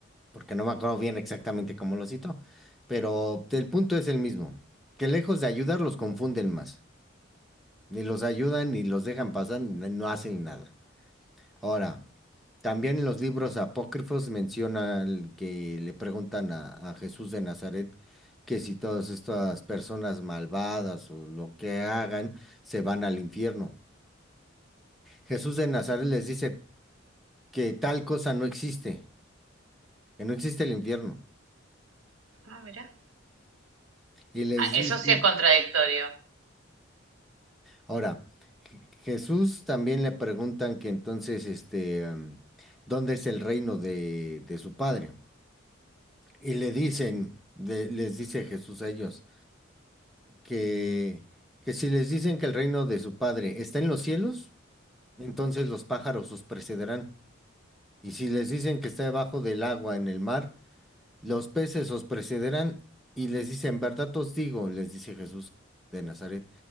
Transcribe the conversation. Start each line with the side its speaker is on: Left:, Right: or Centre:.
Centre: Porque no me acuerdo bien exactamente cómo lo citó, pero el punto es el mismo, que lejos de ayudar los confunden más. Ni los ayudan, ni los dejan pasar, ni no hacen nada. Ahora, también en los libros apócrifos menciona el que le preguntan a, a Jesús de Nazaret que si todas estas personas malvadas o lo que hagan se van al infierno. Jesús de Nazaret les dice que tal cosa no existe, que no existe el infierno.
Right: Ah, mira.
Centre: Y les
Right: eso
Centre: dice,
Right: sí es contradictorio.
Centre: ahora, Je- Jesús también le preguntan que entonces, este, em, ¿dónde es el reino de, de su padre? Y le dicen, de- les dice Jesús a ellos. que, que si les dicen que el reino de su padre está en los cielos, entonces los pájaros os precederán. Y si les dicen que está debajo del agua en el mar, los peces os precederán. Y les dice, en verdad os digo, les dice Jesús de Nazaret,